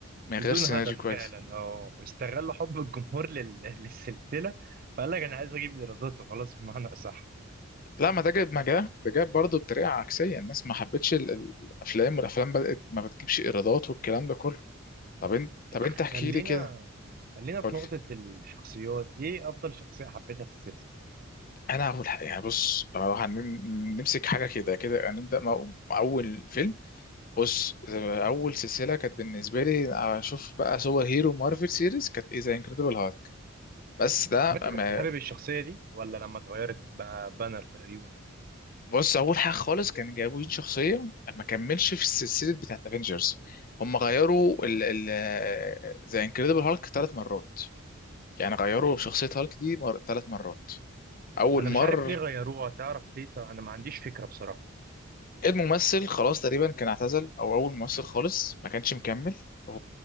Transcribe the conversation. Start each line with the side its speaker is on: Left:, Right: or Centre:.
Left: من
Right: بدون
Left: غير سيناريو
Right: هدف
Left: كويس
Right: فعلا اه استغلوا حب الجمهور لل... <laughs> للسلسله فقال لك انا عايز اجيب ايرادات وخلاص بمعنى اصح
Left: لا ما ده جاب ما جاب ده جاب برضه بطريقه عكسيه الناس ما حبتش ال- ال- الافلام والافلام بدات ما بتجيبش ايرادات والكلام ده كله طب انت طب انت
Right: خلينا
Left: احكي لي كده
Right: خلينا في
Left: قول
Right: نقطه الشخصيات ايه افضل شخصيه حبيتها في السلسله
Left: انا هقول حق يعني بص لو هنمسك حاجه كده كده هنبدا مع مع اول فيلم بص اول سلسله كانت بالنسبه لي اشوف بقى سوبر هيرو مارفل سيريز كانت ايه زي انكريدبل هالك بس ده
Right: طب انت كنت
Left: ما
Right: حابب الشخصيه دي ولا لما اتغيرت بقى بانر تقريبا
Left: بص اول حاجه خالص كان جابوا شخصيه ما كملش في السلسله بتاعت افنجرز هم غيروا ال ال زي انكريدبل هالك ثلاث مرات يعني غيروا شخصيه هالك دي مر... ثلاث مرات اول
Right: انا
Left: مره
Right: مش عارف ليه غيروها تعرف ليه طب انا ما عنديش فكره بصراحه
Left: الممثل خلاص تقريبا كان اعتزل او اول ممثل خالص ما كانش مكمل و...